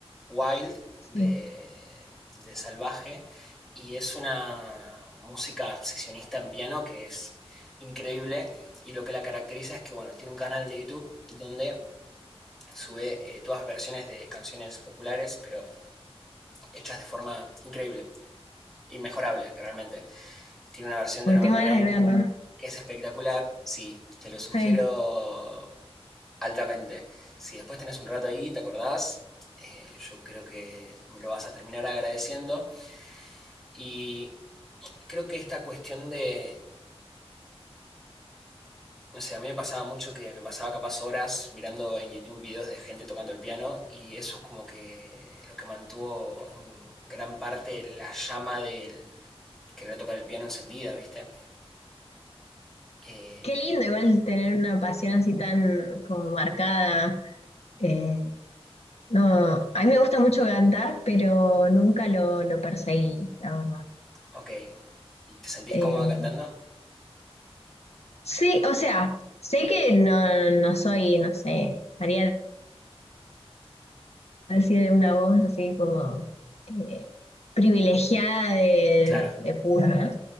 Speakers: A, in the centre; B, on the left.
A: Wild
B: sí,
A: de, de salvaje. Y es una música sesionista en piano que es increíble. Y lo que la caracteriza es que, bueno, tiene un canal de YouTube donde Sube eh, todas versiones de canciones populares, pero hechas de forma increíble, inmejorable realmente. Tiene una versión
B: porque
A: de November
B: tengo ganas
A: Rain
B: de verlo.
A: que es espectacular, sí, te lo sugiero
B: Sí.
A: altamente. Si después tenés un rato ahí, te acordás, eh, yo creo que me lo vas a terminar agradeciendo. Y creo que esta cuestión de No sé, a mí me pasaba mucho que me pasaba capaz horas mirando en YouTube videos de gente tocando el piano y eso es como que lo que mantuvo en gran parte la llama del querer tocar el piano encendida, ¿viste? Eh,
B: Qué lindo igual tener una pasión así tan como marcada. eh, no, a mí me gusta mucho cantar, pero nunca lo, lo perseguí, la verdad.
A: ok, ¿y te sentís
B: Eh,
A: cómoda cantando?
B: sí, o sea, sé que no, no soy, no sé, Ariana decir una voz así como eh, privilegiada de,
A: Claro,
B: de cuna,